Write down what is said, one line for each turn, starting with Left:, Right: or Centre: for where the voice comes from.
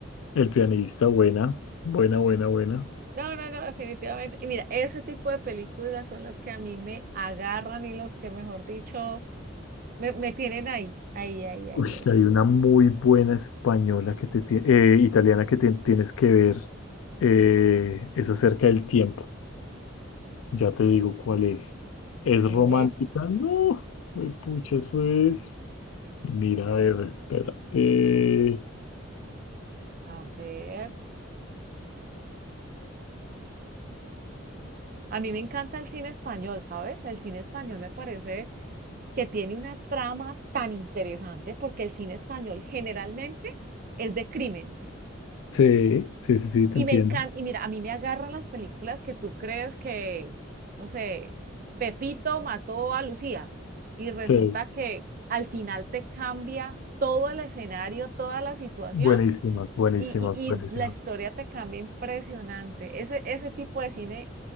Left: El pianista, buena, buena, buena, buena.
Right: no, no, no, definitivamente. Y mira, ese tipo de películas son las que a mí me agarran y los que, mejor dicho, me, me tienen ahí, ahí, ahí, ahí,
Left: Uy,
Right: ahí.
Left: hay una muy buena española que te tie- eh, italiana que te tienes que ver. eh, es acerca del tiempo. Ya te digo cuál es. ¿Es
Right: Ve,
Left: romántica? No, pues pucha, eso es. Mira, a ver, espérate.
Right: a ver. A mí me encanta el cine español, ¿sabes? El cine español me parece que tiene una trama tan interesante porque el cine español generalmente es de crimen.
Left: Sí, sí, sí, sí, te
Right: Y
Left: entiendo.
Right: me encanta, y mira, a mí me agarran las películas que tú crees que, no sé, Pepito mató a Lucía y resulta
Left: Sí,
Right: que al final te cambia todo el escenario, toda la situación
Left: buenísimas, buenísimas,
Right: y, y, y
Left: buenísimas.
Right: la historia te cambia impresionante. Ese, ese tipo de cine,